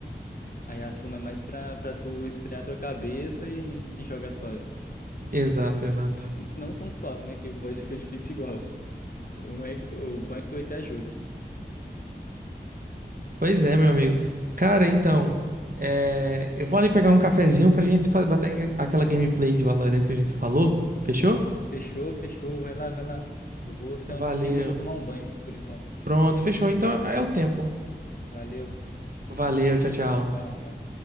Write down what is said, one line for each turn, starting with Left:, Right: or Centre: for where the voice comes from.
Left: Aí a suma é mais pra, pra tu esfriar tua cabeça e, e jogar suave.
Right: Exato, exato.
Left: E não tão suave, né? Que o boss <laughs> fica difícil igual. O é que tu- o bom é que tu vai ter ajuda.
Right: Pois é, meu amigo. Cara, então, é, eu vou ali pegar um cafezinho pra gente fa- bater aquela gameplay de Valorant que a gente falou. Fechou?
Left: Fechou, fechou. Vai lá, vai lá. Eu vou sair
Right: Valeu.
Left: um pouquinho que eu vou tomar um banho por enquanto.
Right: Pronto, fechou. Então é o tempo.
Left: Valeu.
Right: Valeu, tchau, tchau.
Left: Tchau, tchau.